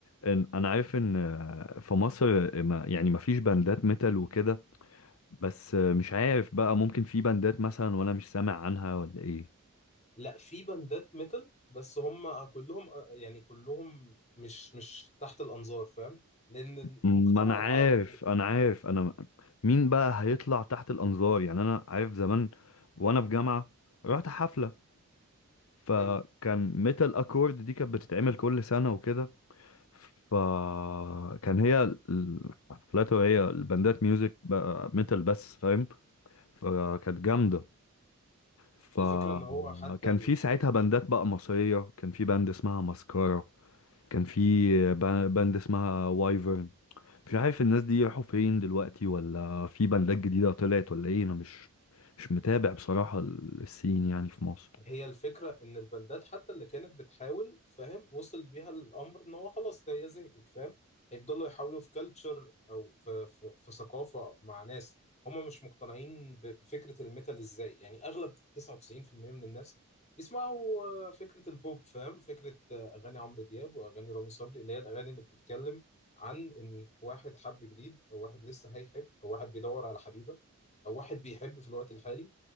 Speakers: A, on the left (about 75°); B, on the left (about 30°).
A: إن- أنا عارف إن آه، في مصر ما يعني ما فيش باندات ميتال وكده بس مش عارف بقى ممكن في بندات مثلا وانا مش سامع عنها ولا ايه
B: لا في باندات ميتال بس هم كلهم آه، يعني كلهم مش مش تحت الانظار فاهم لان المجتمع
A: ما انا عارف
B: العربي اللي
A: انا عارف
B: م،
A: انا مين بقى هيطلع تحت الانظار يعني انا عارف زمان وانا في جامعة رحت حفلة فكان
B: حلو
A: ميتال اكورد دي كانت بتتعمل كل سنة وكده فكان هي الحفلات وهي البندات ميوزك بقى ميتال بس فاهم فكانت جامدة فكان
B: الفكره ان هو حتى
A: في ساعتها بندات بقى مصرية كان في بند اسمها ماسكارا كان في با- باند اسمها وايفرن مش عارف الناس دي راحوا فين دلوقتي ولا في باندات جديدة طلعت ولا ايه انا مش مش متابع بصراحة ال- السين يعني في مصر
B: هي الفكرة إن البندات حتى اللي كانت بتحاول فاهم وصل بيها الأمر إن هو خلاص هي زهقت فاهم هيفضلوا يحاولوا في كلتشر أو في, في, في ثقافة مع ناس هم مش مقتنعين ب- بفكرة الميتال إزاي يعني أغلب 99% من الناس بيسمعوا آه، فكرة البوب فاهم فكرة آه، أغاني عمرو دياب وأغاني رامي صبري اللي هي الأغاني اللي بتتكلم عن إن واحد حب جديد أو واحد لسه هيحب أو واحد بيدور على حبيبة أو واحد بيحب في الوقت الحالي